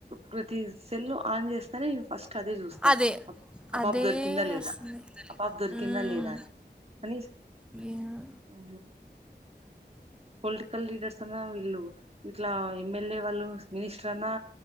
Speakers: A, on the right; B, in the centre.
A: ప్రతి సెల్ ఆన్ చేస్తేనే ఫస్ట్ అదే చూస్తా
B: అదే.
A: ఆ
B: అదే
A: పాప దొరికిందా లేదా
B: అసలు.
A: ఆ పాప దొరికిందా
B: హ్మ్.
A: లేదా అని అనీ
B: ఏమో.
A: ఊ పొలిటికల్ లీడర్స్ అన్నా వీళ్ళు ఇట్లా ఎమ్మెల్యే వాళ్ళు మినిస్టర్ అన్నా